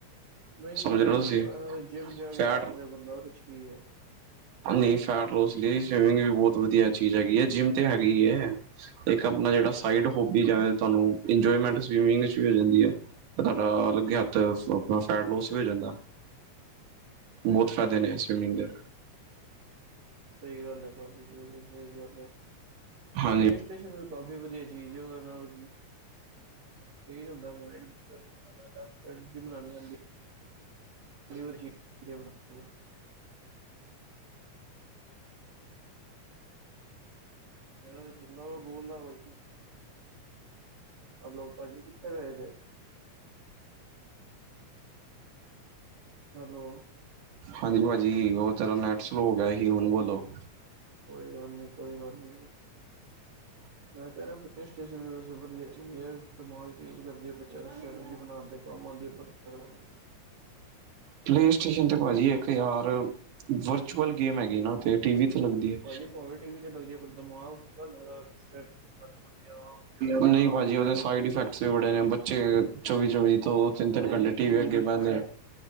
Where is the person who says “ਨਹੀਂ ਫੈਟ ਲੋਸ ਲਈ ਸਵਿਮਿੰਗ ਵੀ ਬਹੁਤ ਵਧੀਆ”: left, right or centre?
Right